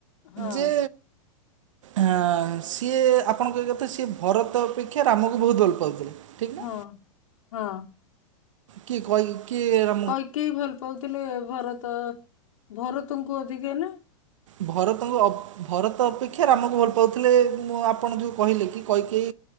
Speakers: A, on the left; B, on the right.
A: ହଁ
B: ଯେ ହଁ ସିଏ ଆପଣ କହିବା କଥା ସିଏ ଭରତ ଅପେକ୍ଷା ରାମକୁ ବହୁତ ଭଲ ପାଉଥିଲେ। ଠିକ୍ ନା
A: ହଁ ହଁ।
B: କିଏ କହି କିଏ ର
A: କୈକେୟୀ ଭଲ ପାଉଥିଲେ ଭରତ ଭରତଙ୍କୁ ଅଧିକା ନା।
B: ଭରତଙ୍କୁ ଅ ଭରତ ଅପେକ୍ଷା ରାମକୁ ଭଲ ପାଉଥିଲେ ମୁଁ ଆପଣ ଯୋଉ କହିଲେ କି କୈକେୟୀ